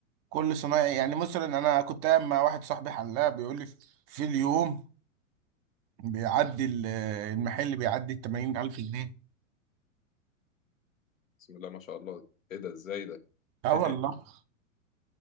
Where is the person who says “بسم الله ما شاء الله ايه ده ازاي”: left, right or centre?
Left